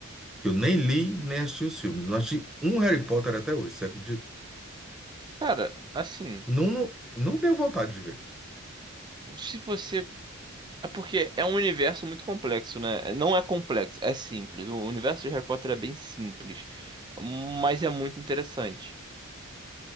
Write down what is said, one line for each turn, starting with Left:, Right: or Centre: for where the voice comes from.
Centre: que eu nem li, nem assisti os filmes. Não assisti um Harry Potter até hoje, você acredita?
Right: Cara, assim,
Centre: Não, não, não deu vontade de ver.
Right: se você. É porque é um universo muito complexo, né? Não é complexo, é simples. O universo de Harry Potter é bem simples, mas é muito interessante.